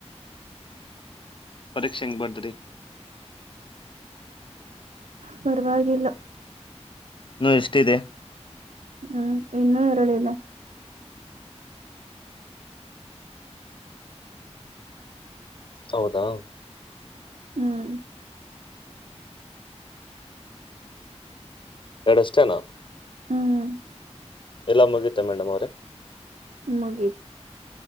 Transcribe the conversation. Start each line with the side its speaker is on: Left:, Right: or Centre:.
Left: ಪರೀಕ್ಷೆ ಹೆಂಗ್ ಬರದ್ರಿ.
Right: ಪರವಾಗಿಲ್ಲ.
Left: ಇನ್ನು ಎಷ್ಟಿದೆ.
Right: ಹ್ಮ್ ಇನ್ನು ಎರಡು ಇದೆ.
Left: ಹೌದಾ
Right: ಹ್ಮ್
Left: ಎರಡಷ್ಟೇನಾ.
Right: ಹ್ಮ್
Left: ಎಲ್ಲಾ ಮುಗಿತ ಮೇಡಮ್ ಅವ್ರೆ.
Right: ಮುಗೀತು.